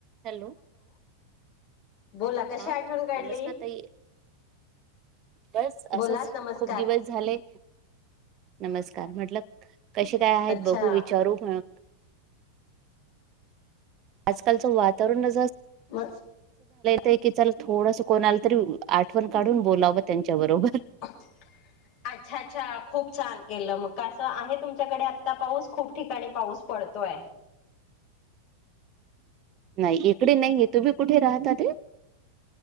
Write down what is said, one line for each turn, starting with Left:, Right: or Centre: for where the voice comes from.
Right: Hello?
Left: बोला कशी
Right: हा,
Left: आठवण काढली
Right: नमस्कार ताई बस
Left: बोला
Right: असच,
Left: नमस्कार
Right: खूप दिवस झाले. नमस्कार. म्हटल- कशी काय आहेत?
Left: अच्छा
Right: बघू विचारू मग आजकालचं वातावरण ज
Left: म <inaudible>
Right: ते की चला थोडसं कोण आलं तरी आठवण काढून बोलावं. त्यांच्या बरोबर
Left: अच्छा!, अच्छा! खूप छान! केलं मग. कसं आहे तुमच्याकडे आता पाऊस खूप ठिकाणी पाऊस पडतोय.
Right: नाही इकडे नाहीे तुम्ही कुठे राहताते